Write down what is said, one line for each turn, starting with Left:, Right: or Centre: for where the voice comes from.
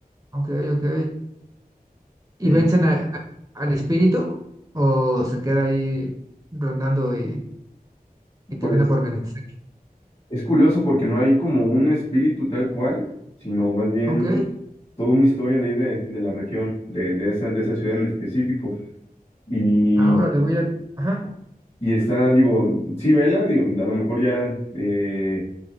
Right: Ok, ok. ¿Y
Left: Sí,
Right: vencen a- a- al espíritu? ¿O se queda ahí rondando y y termina
Left: pues
Right: por vencer.
Left: es curioso porque no hay como un espíritu tal cual, sino más bien
Right: Ok,
Left: toda una historia de, ahí de, de la región, de, de esa, de esa ciudad en específico. Y,
Right: ahora le voy a... Ajá,
Left: y está, digo, sí, vela, digo, a lo mejor ya, eh,